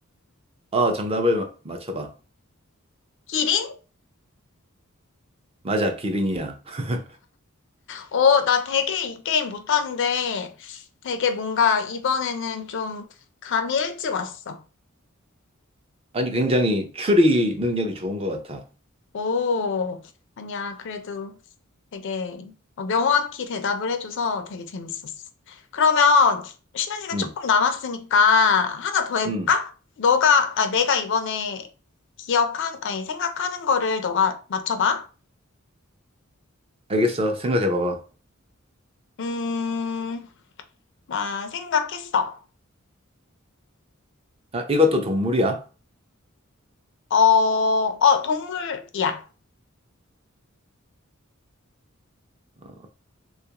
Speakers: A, on the right (about 30°); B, on the left (about 60°).
A: 어, 정답을 마- 맞춰봐.
B: 기린?
A: 맞아, 기린이야. <laughs>
B: 어, 나 되게 이 게임 못하는데, 되게 뭔가 이번에는 좀 감이 일찍 왔어.
A: 아니, 굉장히 추리 능력이 좋은 것 같아.
B: 오, 아니야. 그래도 되게 어, 명확히 대답을 해줘서 되게 재밌었어. 그러면 쉬는 시간
A: 응,
B: 조금 남았으니까 하나 더 해볼까?
A: 응.
B: 너가, 아, 내가 이번에 기억한, 아니, 생각하는 거를 너가 맞춰봐.
A: 알겠어. 생각해봐봐.
B: 음, 나 생각했어.
A: 아, 이것도 동물이야?
B: 어, 어, 동물이야.
A: 어,